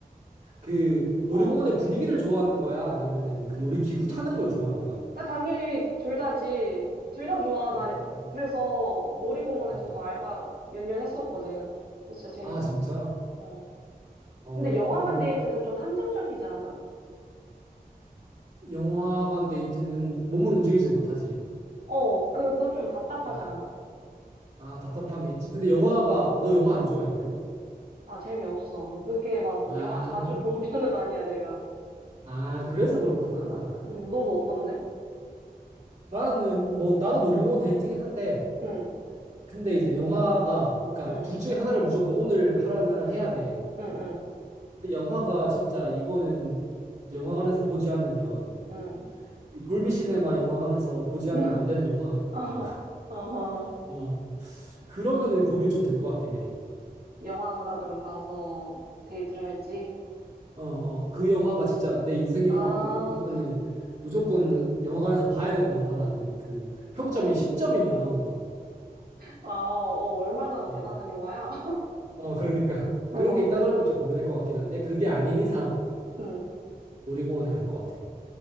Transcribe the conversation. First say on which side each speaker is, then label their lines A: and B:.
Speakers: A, on the right (about 50°); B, on the right (about 80°).
A: 그 놀이공원의
B: 어.
A: 분위기를 좋아하는 거야? 아니면은 그 놀이기구 타는 걸 좋아하는 거야?
B: 아, 당연히 둘 다지. 둘 다 좋아.
A: 아,
B: 난 그래서 놀이공원에서도
A: 음.
B: 알바 몇 년 했었거든. 진짜 재밌었는데.
A: 아, 진짜?
B: 어.
A: 어,
B: 근데 영화관 데이트는 좀 한정적이지 않아?
A: 영화관 데이트는 몸을 움직이지 못하지.
B: 어, 그, 그거 좀 답답하지
A: 음.
B: 않아?
A: 아, 답답함이 있지. 근데 영화가, 너 영화
B: 응.
A: 안 좋아해, 별로?
B: 아, 재미없어. 그렇게 막
A: 아,
B: 영화 자주 보는 편은 아니야, 내가.
A: 아, 그래서 그렇구나.
B: 응, 넌 어떤데?
A: 나는, 뭐, 나도 놀이공원 데이트긴 한데,
B: 응,
A: 근데 이제 영화가 그러니까
B: 응,
A: 둘 중에 하나를 무조건 오늘 하라는 날을 해야 돼.
B: 응,
A: 근데 영화가 진짜 이거는 영화관에서 보지 않으면
B: 응, 응.
A: 이 돌비 시네마 영화관에서 보지 않으면
B: <laughs>
A: 안 되는 영화가 있는
B: <laughs>
A: 거야.
B: 어허,
A: <laughs>
B: 어허.
A: 어. 그러면은
B: 아,
A: 고민 좀 될 것 같긴 해.
B: 영화관으로 가서 데이트를 할지?
A: 어, 어. 그 영화가 진짜 내 인생 영화고
B: 아,
A: 이거는 무조건 영화관에서 봐야 되는 영화라는 그 평점이 10점인
B: 응.
A: 영화인 거야.
B: 아, 어, 어, 얼마나
A: 어.
B: 대단한 영화야?
A: 어, 그러니까 <laughs>
B: <laughs> 어,
A: 그런 게 있다 그러면 좀 고민할 것 같긴 한데 그게 아닌 이상
B: 응.
A: 놀이공원에 갈 것 같아.